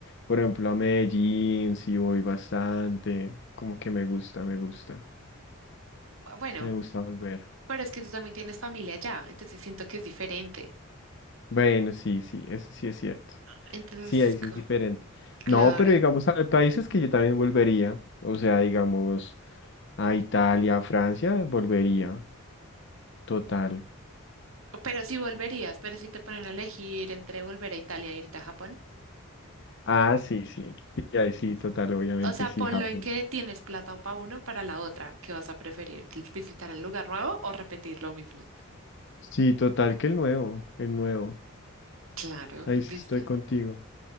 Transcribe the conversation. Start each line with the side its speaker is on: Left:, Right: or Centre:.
Left: por ejemplo, a Medellín, sí voy bastante, como que me gusta, me gusta,
Right: Bueno,
Left: me gusta volver.
Right: pero es que tú también tienes familia allá, entonces siento que es diferente.
Left: Bueno, sí, sí, eso sí es cierto.
Right: Entonces,
Left: Sí, ahí
Right: es co-
Left: sí es diferente.
Right: Claro.
Left: No, pero digamos, hay países que yo también volvería. O sea, digamos, a Italia, a Francia, volvería. Total.
Right: Pero si volverías, pero si te ponen a elegir entre volver a Italia e irte a Japón.
Left: Ah, sí, sí. Sí, ahí sí, total, obviamente
Right: O sea,
Left: sí,
Right: ponlo
Left: Japón.
Right: en que tienes plata o para uno, para la otra. ¿Qué vas a preferir? ¿Visitar el lugar nuevo o repetir lo mismo?
Left: Sí, total, que el nuevo, el nuevo.
Right: Claro,
Left: Ahí
Right: ¿viste?
Left: sí estoy contigo.